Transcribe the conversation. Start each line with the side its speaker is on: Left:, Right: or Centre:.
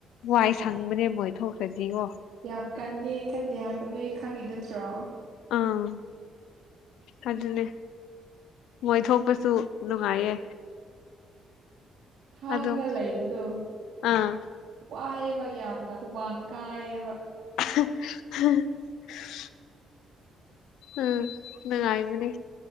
Left: ꯋꯥꯏ ꯁꯪꯕꯅꯦ ꯃꯣꯏ ꯊꯣꯛꯈ꯭ꯔꯗꯤꯑꯣ
Right: ꯌꯥꯝ ꯀꯟꯗꯦ ꯀꯟꯗꯦ ꯍꯥꯏꯕ ꯅꯣꯏ ꯈꯪꯉꯤ ꯅꯠꯇ꯭ꯔꯣ
Left: ꯑꯥ ꯑꯗꯨꯅꯦ ꯃꯣꯏ ꯊꯣꯛꯄꯁꯨ ꯅꯨꯡꯉꯥꯏꯌꯦ
Right: ꯈꯥꯡꯉꯒ
Left: ꯑꯗꯨꯝ
Right: ꯂꯩꯕꯗꯣ
Left: ꯑꯥ
Right: ꯋꯥꯏꯌꯦꯕ ꯌꯥꯝꯅ ꯍꯨꯃꯥꯡ ꯀꯥꯏꯌꯦꯕ
Left: <unintelligible> ꯎꯝ ꯅꯨꯡꯉꯥꯏꯕꯅꯦ